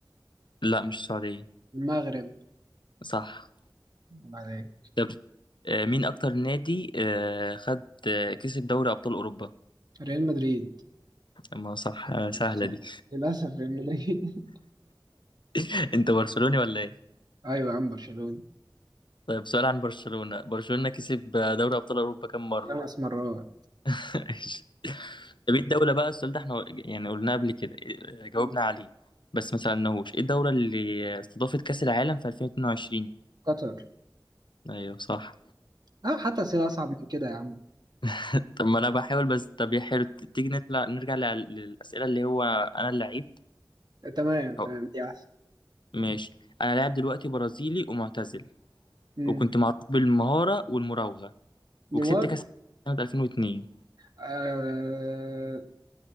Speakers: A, on the left (about 75°); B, on the right (about 55°).
A: لا مش السعودية
B: المغرب
A: صح
B: بعدين
A: طب آه مين أكتر نادي آه خد آه كسب دوري أبطال أوروبا؟
B: ريال مدريد
A: ما صح آه سهلة
B: للأسف
A: دي
B: للأسف ريال مدريد <laughs>
A: <laughs> أنت برشلوني ولا إيه؟
B: أيوة يا عم برشلونة
A: طيب سؤال عن برشلونة برشلونة كسب آه، دوري أبطال أوروبا كم مرة؟
B: خمس مرات
A: <laughs> طب ايه الدولة بقى السؤال ده احنا يعني قلناه قبل كده إيه- جاوبنا
B: مم.
A: عليه بس ما سألناهوش ايه الدولة اللي استضافت كأس العالم في 2022
B: قطر
A: ايوه صح
B: أه حتى أسئلة أصعب من كده يا عم
A: <laughs> طب ما انا بحاول بس طب يا حلو ت- تيجي نطلع نرجع لل- للأسئلة اللي هو انا اللعيب
B: تمام
A: أو
B: تمام دي أحسن
A: ماشي انا لاعب دلوقتي برازيلي ومعتزل
B: مم.
A: وكنت معروف بالمهارة والمراوغة
B: نيمار
A: وكسبت كأس العالم سنة 2002
B: آه...